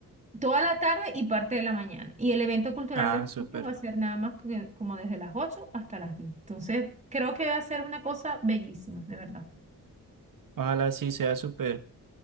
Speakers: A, on the right; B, on the right.
A: Toda la tarde y parte de la mañana. Y el evento cultural
B: Ah,
A: de los
B: súper.
A: niños va a ser nada más que- como desde las 8 hasta las 10. Entonces, creo que va a ser una cosa bellísima, de verdad.
B: Ojalá sí sea súper